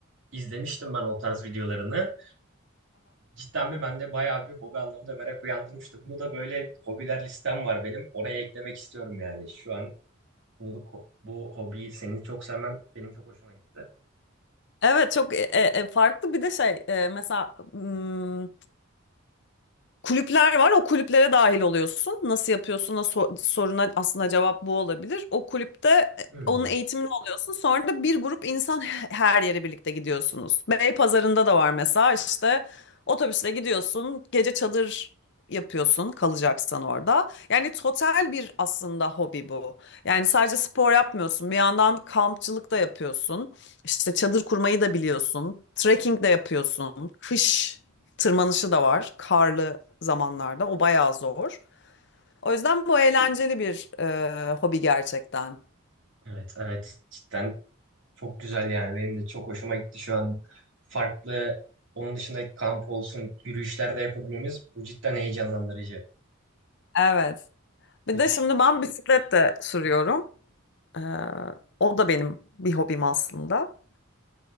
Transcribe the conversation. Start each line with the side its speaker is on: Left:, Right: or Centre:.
Right: izlemiştim ben o tarz videolarını. Cidden mi bende bayağı bir hobi anlamında merak uyandırmıştı. Bunu da böyle hobiler listem var benim. Oraya eklemek istiyorum yani. Şu an bunu, bu hobiyi senin çok sevmen benim çok hoşuma gitti.
Left: Evet çok e, e, farklı bir de şey e, mesela hmm, Kulüpler var. O kulüplere dahil oluyorsun. Nasıl yapıyorsun? Nasıl sor- soruna aslında cevap bu olabilir. O kulüpte e,
Right: Hmm.
Left: onun eğitimini alıyorsun. Sonra da bir grup insan <laughs> he- her yere birlikte gidiyorsunuz. Beypazarı'nda da var mesela işte otobüsle gidiyorsun. Gece çadır yapıyorsun kalacaksan orada. Yani total bir aslında hobi bu. Yani sadece spor yapmıyorsun. Bir yandan kampçılık da yapıyorsun. İşte çadır kurmayı da biliyorsun. Trekking de yapıyorsun. Kış Tırmanışı da var karlı zamanlarda. O bayağı zor. O yüzden bu eğlenceli bir e, hobi gerçekten.
Right: Evet evet cidden çok güzel yani. Benim de çok hoşuma gitti şu an. Farklı onun dışında kamp olsun, yürüyüşler de yapabilmemiz bu cidden heyecanlandırıcı.
Left: Evet. Bir
Right: Peki
Left: de şimdi ben bisiklet de sürüyorum. E, o da benim bir hobim aslında.